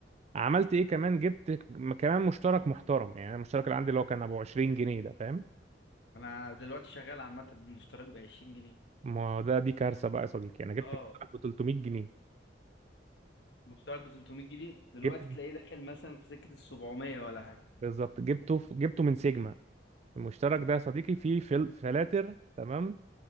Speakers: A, on the right (about 35°); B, on the left (about 70°).
A: عملت ايه كمان جبت ك- كمان مشترك محترم يعني المشترك اللي عندي اللي هو كان ابو 20 جنيه ده فاهم
B: انا دلوقتي شغال عامه بمشتريات ب 20 جنيه
A: ما ده دي كارثة بقى يا صديقي انا جبت
B: اه
A: مشترك ب 300 جنيه
B: مشترك ب 300 جنيه دلوقتي
A: جبت
B: تلاقيه داخل مثلا في سكة ال 700 ولا حاجة
A: بالظبط جبته جبته من سيجما المشترك ده يا صديقي فيه فل... فلاتر تمام